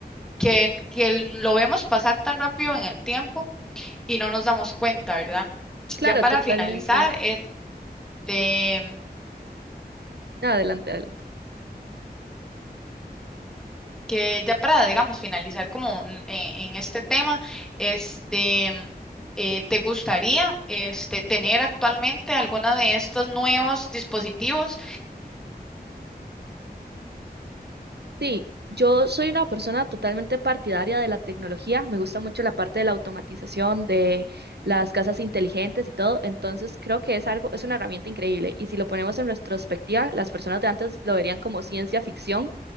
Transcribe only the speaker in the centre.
que, que lo vemos pasar tan rápido en el tiempo y no nos damos cuenta, ¿verdad?
Ya para
finalizar, este,
que ya para, digamos, finalizar como en, e-, en este tema, este, eh, ¿te gustaría este, tener actualmente alguna de estos nuevos dispositivos?